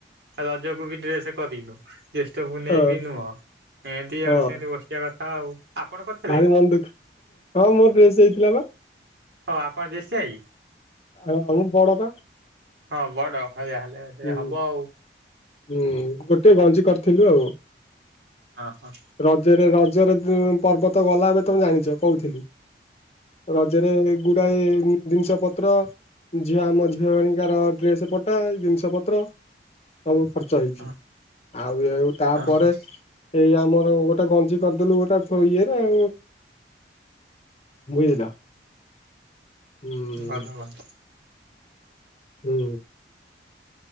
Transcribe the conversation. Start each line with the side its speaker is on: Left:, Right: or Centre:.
Right: ରଜକୁ ବି ଡ୍ରେସ କରିନୁ। ଜ୍ୟେଷ୍ଠ ପୁନେଇ
Left: ହଁ
Right: ବିି ନୁହଁ ଏମତି
Left: ହଁ
Right: ଆଉ ସେମିତି ବସିବା କଥା ଆଉ। ଆପଣ କରିଥିଲେ
Left: ଭାରି ମନ ଦୁଃଖ ହଁ ମୋର ଡ୍ରେଶ ହେଇଥିଲା ବା।
Right: ହଉ ଆପଣ ଜେଷ୍ଠ ଭାଇକି
Left: ହଁ ମୁଁ ବଡ ବା
Right: ହଁ ବଡ ହ ଯାହା ହେଲେ ସେ
Left: ହୁଁ
Right: ହବ ଆଉ।
Left: ହୁଁ ଗୋଟେ ଗଞ୍ଜି କରିଥିଲୁ ଆଉ।
Right: ହଁ ହଁ
Left: ରଜରେ ରଜ ରଜରେ ତ ପର୍ବତ ଗଲା ଏବେ ତମେ ଜାଣିଛ। କହୁଥିଲି ରଜରେ ଗୁଡାଏ ଜିନିଷ ପତ୍ର ଝିଅ ଆମ ଝିଅ ହେନିକାର ଡ୍ରେସ ପଟା ଜିନିଷ ପତ୍ର ସବୁ ଖର୍ଚ୍ଚ ହେଇଛି।
Right: ହଁ
Left: ଆଉ ଆଉ ତାପରେ
Right: ହଁ ହଁ
Left: ଏଇ ଆମର ଗୋଟେ ଗଞ୍ଜି କରିଦେଲୁ ଗୋଟା ଫୁ ଇଏରେ ଆଉ। ବୁଝିଲ? ହୁଁ।
Right: ଭଲ ଭଲ
Left: ହୁଁ।